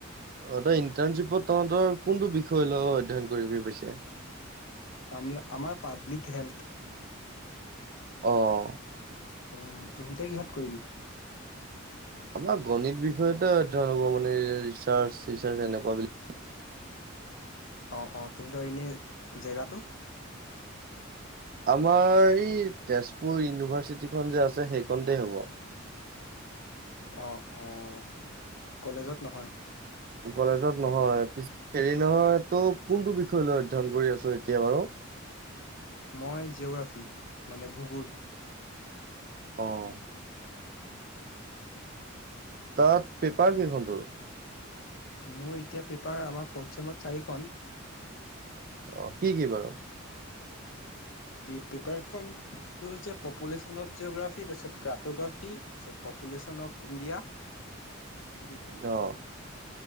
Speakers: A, on the right; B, on the left.
A: অ' ইণ্টাৰ্ণশ্বিপত তহতৰ কোনটো বিষয় লয় অধ্যয়ন কৰিবি পিছে?
B: আ আমাৰ পাব্লিক হেল্থ।
A: অহ,
B: উম, তহুতে কিহত কৰিবি?
A: আমাৰ গণিত বিষয়তে অধ্যয়ন হ'ব মানে ৰিচাৰ্চ চচাৰ এনেকুৱা বিলাক,
B: অ-অ তহঁতৰ এনেই জেগাটো?
A: আমাৰ এই তেজপুৰ ইউনিভাৰ্চিটিখন যে আছে সেইখনতে হ'ব।
B: অঁ-অঁ কলেজত নহয়।
A: কলেজত নহয় হেৰি নহয় ত' কোনটো বিষয় লৈ অধ্যয়ন কৰি আছো এতিয়া বাৰু।
B: মই জিঅগ্ৰাফী মানে ভূগোল।
A: অ', তাত পেপাৰ কেইখন তোৰ?
B: মোৰ এতিয়া পেপাৰ আমাৰ ফৰ্থ চেমত চাৰিখন।
A: অ' কি-কি বাৰু?
B: পেপাৰখনটো হৈছে পপুলেশ্যন অফ জিঅ'গ্ৰাফি তাৰপিছত ক্ৰাটোগ্ৰাফী। তাৰপিছত পপুলেশ্যন অফ ইণ্ডিয়া।
A: <inaudible>
B: সেইকেইখনে,
A: অ',